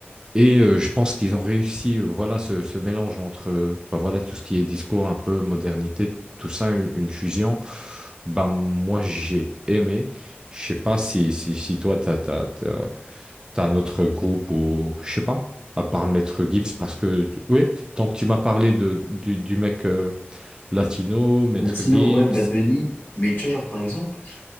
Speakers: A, on the right; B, on the left.
A: Et euh, je pense qu'ils ont réussi, euh, voilà, ce, ce mélange entre, euh, ben voilà, tout ce qui est discours, un peu modernité, tout ça, une, une fusion. Ben, moi, j'ai aimé. Je sais pas si, si, si toi, t'as, t'as, t'as, t'as un autre groupe ou, je sais pas, à part Maître Gims, parce que, tu- oui, tant que tu m'as parlé de, du, du mec euh, latino, Maître
B: Latino,
A: Gims.
B: ouais, Bad Bunny. Mais tu vois, genre, par exemple,